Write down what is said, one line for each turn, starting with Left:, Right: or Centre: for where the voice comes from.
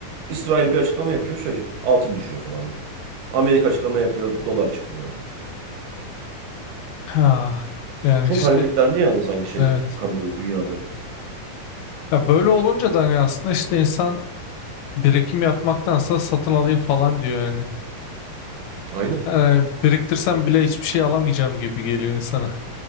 Right: İsrail bir açıklama yapıyor şey altın düşüyor falan. Amerika açıklama yapıyor dolar çıkıyor.
Left: ha, yani
Right: Çok
Left: işte
Right: hareketlendi yani sanki şey
Left: evet.
Right: kamuoyu dünyada.
Left: Ya böyle olunca da hani aslında işte insan birikim yapmaktansa satın alayım falan diyor yani.
Right: Aynen.
Left: Yani biriktirsem bile hiçbir şey alamayacağım gibi geliyor insana.